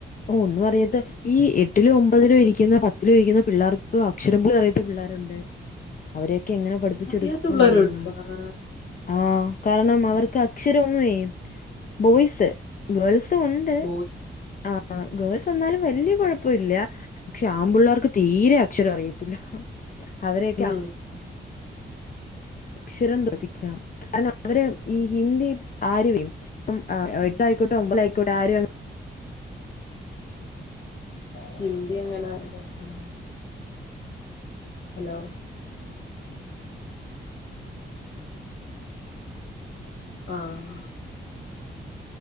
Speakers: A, on the left (about 45°); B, on the left (about 70°).
A: ഓ ഒന്നും അറിയത്ത ഈ എട്ടിലോ ഒമ്പതിലോ ഇരിക്കുന്ന പത്തിലോ ഇരിക്കുന്ന പിള്ളേർക്ക് അക്ഷരം പോലു അറിയത്ത പിള്ളേർ രൊണ്ട് അവരെക്കെ എങ്ങനെ പഠിപ്പിച്ചെടുക്കൂന്ന്
B: അറിയാത്ത പിള്ളേരോട്
A: അറിയാമോ
B: ആഹ്
A: ആഹ് കാര്ണം അവർക്ക് അക്ഷരം ഒന്ന്വേ ബോയ്സ് ഗേൾസും ഒണ്ട്
B: ബോയ്സ്
A: ആഹ് ഗേൾസ് എന്നാലും വല്ല്യെ കൊഴപ്പവില്ല ക്ഷാമ്പുള്ളേർക്ക് തീരെ അക്ഷരം അറിയത്തില്ല അവരെയൊക്കെ
B: ഉം
A: അക്ഷരം <unintelligible> കാര്ണം അവര് ഈ ഹിന്ദി ആരുവേം പം അ ഏഹ് എട്ടായിക്കോട്ടെ ഒമ്പതായിക്കോട്ടെ ആരു അ
B: ഹിന്ദ്യങ്ങനെ <unintelligible> ഹലോ ആഹ്